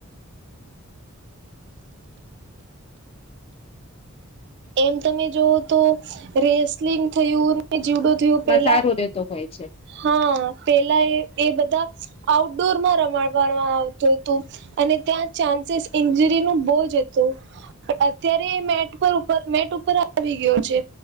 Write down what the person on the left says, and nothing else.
એમાં
સારું રહેતો હોય છે